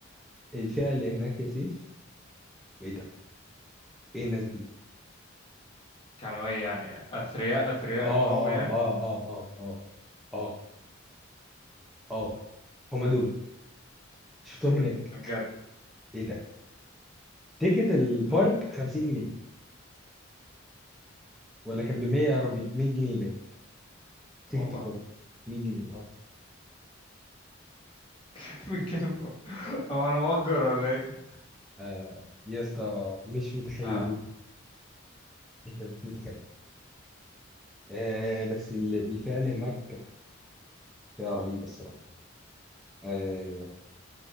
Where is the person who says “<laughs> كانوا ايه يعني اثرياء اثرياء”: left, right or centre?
Left